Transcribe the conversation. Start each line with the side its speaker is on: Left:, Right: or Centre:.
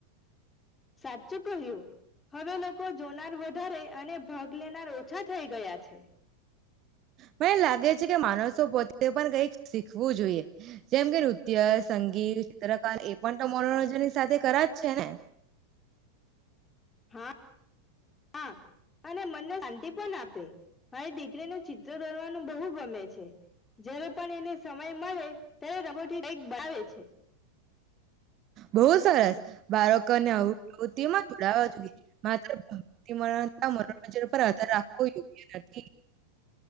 Left: સાચું કહ્યું. હવે લોકો. લોકો જોનાર વધારે અને ભાગ લેનાર ઓછા થઈ ગયા છે.
Right: મને એમ લાગે છે કે માણસો પોતે પણ કઈક શીખવું જોઈએ જેમ કે નૃત્ય સંગીત ચિત્રકાર એ પણ તો મનોરંજનની સાથે કરા જ છે ને.
Left: હા હા અને મનને શાંતિ પણ આપે. મારી દીકરીનું ચિત્ર દોરવાનું બહુ ગમે છે જ્યારે પણ એને સમય મળે ત્યારે રગોઠક બવે છે.
Right: બહુ સરસ બાળકોને પ્રવૃતિમાં જોડાવા જોઈએ માત્રતા મનોરંજન પર આધર રાખવો યોગ્ય નથી.